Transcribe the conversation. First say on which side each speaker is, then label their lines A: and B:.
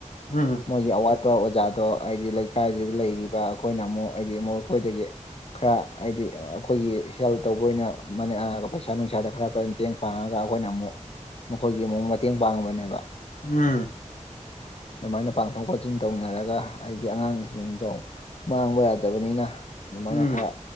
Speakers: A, on the left (about 75°); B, on the left (about 50°).
A: ꯎꯝ ꯍꯝ
B: ꯃꯣꯏꯒꯤ ꯑꯋꯥꯠꯄ ꯑꯣꯖꯥꯗꯣ ꯍꯥꯏꯗꯤ ꯂꯩꯀꯥꯏꯗꯨꯗꯥ ꯂꯩꯔꯤꯕ ꯑꯩꯈꯣꯏꯅ ꯑꯃꯨꯛ ꯍꯥꯏꯗꯤ ꯑꯃꯨꯛ ꯑꯩꯈꯣꯏꯗꯒꯤ ꯈꯔ ꯍꯥꯏꯗꯤ ꯑꯩꯈꯣꯏꯒꯤ ꯍꯦꯜ ꯇꯧꯕ ꯑꯣꯏꯅ ꯄꯩꯁꯥ ꯅꯨꯡꯁꯥꯗ ꯈꯔ ꯐꯖꯟꯇꯦꯡ ꯄꯥꯡꯉꯒꯥ ꯑꯩꯈꯣꯏꯅ ꯑꯃꯨꯛ ꯃꯈꯣꯏꯒꯤ ꯑꯃꯨꯛ ꯃꯇꯦꯡ ꯄꯥꯡꯕꯅꯦꯕ
A: ꯎꯝ
B: ꯑꯗꯨꯃꯥꯏꯅ ꯄꯥꯡꯊꯣꯛ ꯋꯥꯁꯤꯟ ꯇꯧꯅꯔꯒꯥ ꯑꯩꯒꯤ ꯑꯉꯥꯡꯁꯤꯡꯗꯣ ꯃꯥꯡꯕ ꯌꯥꯗꯕꯅꯤꯅ ꯑꯗꯨꯃꯥꯏꯅ
A: ꯎꯝ
B: ꯈꯔ